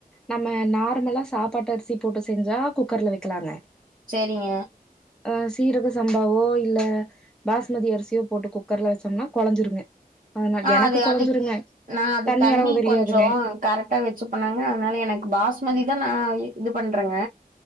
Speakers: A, in the centre; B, on the right.
A: நம்ம நார்மலா சாப்பாட்டு அரிசி போட்டு செஞ்சா குக்கர்ல வைக்கலாங்க
B: செரிங்க
A: அஹ் சீரக சம்பாவோ இல்ல பாஸ்மதி அரிசியோ போட்டு குக்கர்ல வச்சோம்னா கொழஞ்சிருங்க அதனால
B: ஆஹ்
A: எனக்கு
B: அது
A: கொழஞ்சிருங்க
B: அது நா அது தண்ணி
A: அளவு தெரியாதுங்க
B: கொஞ்சோ கரெக்டா வச்சு பனாங்க அதனால எனக்கு பாஸ்மதி தா நா இது பண்றேங்க